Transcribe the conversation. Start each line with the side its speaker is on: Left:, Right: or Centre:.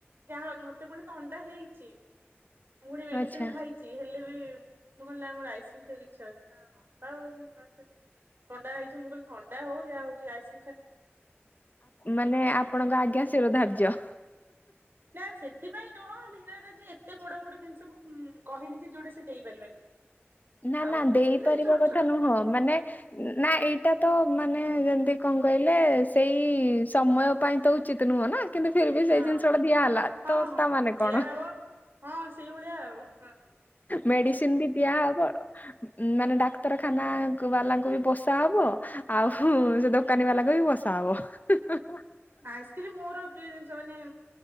Right: ଯାହା ହଉ ମତେ ପୁଣି ଥଣ୍ଡା ହେଇଛି ମୁଁ ଫୁଣି ମେଡିସିନ
Left: ଆଚ୍ଛା
Right: ଖାଇଛି। ଚି ହେଲେ ବି ମୁଁ କହିଲ ନାଁ ମୋର ଆଇସକ୍ରିମ ଖାଇବାକୁ ଇଛା ହଉଛି। <unintelligible> ଥଣ୍ଡା ହେଇଛି ମୁଁ କହିଲି ଥଣ୍ଡା ହଉ ଯାହା ହଉଛି ଆଇସ।
Left: ମାନେ ଆପଣଙ୍କ ଆଜ୍ଞା ଶିର ଧାର୍ଯ୍ୟ।
Right: ନା ସେଥିପାଇଁ ନୁହଁ ଧୀରେ <unintelligible> ଯେ ଏତେ ବଡ ବଡ ଜିନିଷ ମୁଁ କହେନି ଯେ ଯୋଉଟା ସେ ଦେଇପାରିବେନି।
Left: ନା
Right: ଆଉ
Left: ନା ଦେଇପାରିବା
Right: କିନ୍ତୁ ଏଇ ଛୋଟ
Left: କଥା
Right: ଛୋଟ
Left: ନୁହଁ ମାନେ। ନା ଏଇଟା ତ ମାନେ ଯେମିତି କଣ କହିଲେ ସେଇ ସମୟ ପାଇଁ ତ ଉଚିତ ନୁହଁ ନା। କିନ୍ତୁ ଫିର ଭି
Right: ହଁ
Left: ସେଇ ଜିନିଷଟା ଦିଆ ହେଲା
Right: ହଁ
Left: ତ
Right: ହଁ
Left: ତା ମାନେ
Right: ଦିଆହବ।
Left: କଣ?
Right: ହଁ ସେଇଭଳିଆ ଆଉ ହ
Left: ମେଡିସିନ ବି ଦିଆହବ।
Right: ହୁଁ
Left: ମାନେ ଡାକ୍ତରଖାନା ବାଲାଙ୍କୁ ବି ପୋଷା ହବ ଆଉ
Right: କଣ
Left: ସେ ଦୋ କାନି ବାଲାଙ୍କୁ ବି ପୋଷା ହବ।
Right: ଆଇସ୍କ୍ରିମ୍ ମୋର ପ୍ରିୟ ଜିନିଷ ମାନେ